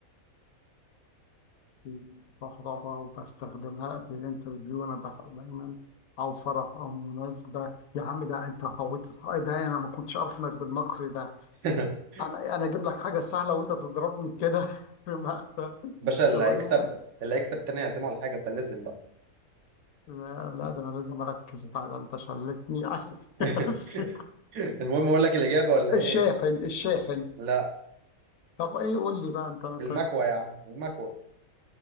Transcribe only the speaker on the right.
<laughs>
باشا اللي
هيكسب
اللي هيكسب تاني هيعزمه على حاجه فلازم بقى
<laughs>
المهم اقول لك الاجابه ولا ايه
لا
المكوه يا عم المكوه